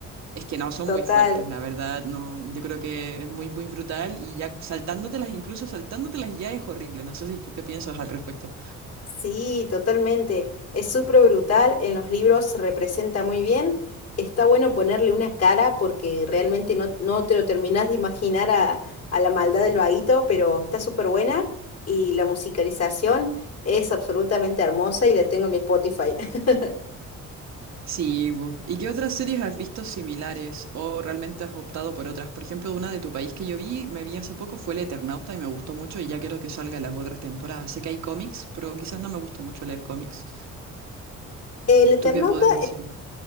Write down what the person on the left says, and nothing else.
Total.
Sí, totalmente. Es súper brutal. En los libros se representa muy bien. Está bueno ponerle una cara porque realmente no, no te lo terminás de imaginar a, a la maldad del vaguito, pero está súper buena. Y la musicalización es absolutamente hermosa y la tengo en mi Spotify. <laughs>
El Eternauta